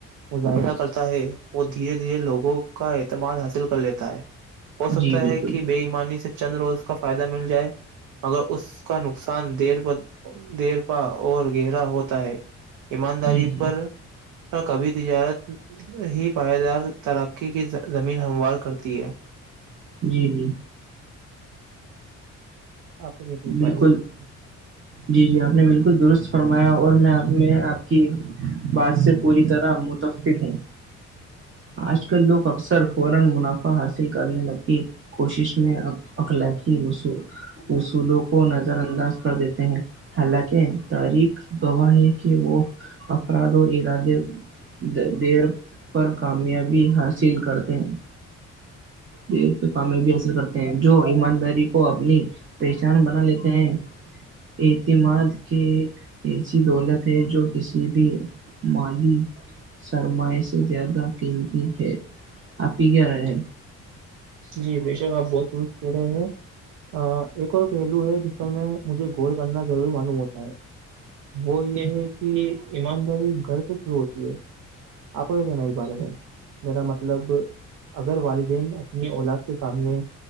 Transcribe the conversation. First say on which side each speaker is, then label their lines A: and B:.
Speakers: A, on the right; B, on the right.
A: مظاہرہ کرتا ہے دھیرے دھیرے لوگوں کا اعتماد حاصل کر لیتا ہے ہو
B: ہوں
A: سکتا
B: جی بالکل
A: ہے کہ بے ایمانی سے چند روز کا فائدہ مل جائے مگر اس کا نقصان دیر دیرپا اور گہرا ہوتا ہے <inaudible> ایمانداری
B: جی جی
A: پر کبھی تجارت ہی پائیدار ترقی کی زمین ہموار کرتی ہے <inaudible>
B: جی جی
A: آپ کے اس
B: بالکل
A: بارے میں
B: جی جی آپ نے بالکل درست فرمایا اور میں آ میں آپ کی بد سے پوری طرح متفق ہوں آج کل لوگ اکثر فورا منافع حاصل کرنے لگی کوشش میں اک ل کہ وہسو <inaudible> اصولوں کو نظر انداز کر دیتے ہیں حالانکہ تاریخ گواہ ہے کہ وہ افراد اور ارادے <inaudible> دیر پر کامیابی حاصل کرتے ہیں دیر پہ کامیابی حاصل کرتے ہیں جو ایمانداری کو اپنی پہچان بنا لیتے ہیں اعتماد کے ایک ایسی دولت ہے جو کسی بھی مالی <inaudible> سرماائے سے زیادہ قیمتی ہے آپ ہی کیا رہے
A: جی بے شک آپ بہت وز کہہ رہے ہیں <inaudible> ایک اور پہلو ہے جس پر میں مجھے گول کرنا ضروری معلوم ہوتا وہ
B: جی
A: یہ
B: جی
A: ہے کہ ایمانداری گھر سے شروع ہوتی ہے آپ کو کہ کیا ن اس بارے
B: جی
A: میں <unintelligible> میرا مطلب اگر والدین اپنی اولاد کے سامنے